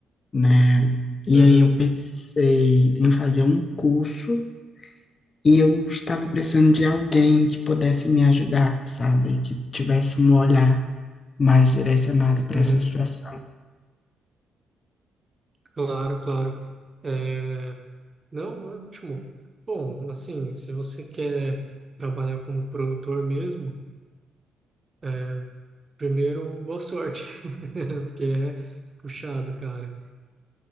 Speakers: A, on the left (about 35°); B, on the right (about 25°).
A: né? E
B: Uhum,
A: aí eu pensei em fazer um curso E eu estava precisando de alguém que pudesse me ajudar, sabe? Que tivesse um olhar mais direcionado para
B: uhum.
A: essa situação.
B: Claro, claro. É, não, ótimo. Bom, assim, se você quer trabalhar como produtor mesmo, é, Primeiro, boa sorte, <laughs> porque é puxado, cara.